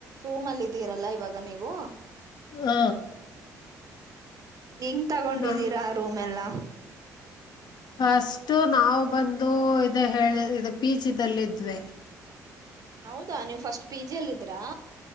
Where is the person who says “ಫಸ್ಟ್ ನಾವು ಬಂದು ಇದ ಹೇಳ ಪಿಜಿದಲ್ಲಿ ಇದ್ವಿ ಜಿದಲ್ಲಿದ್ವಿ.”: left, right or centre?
Left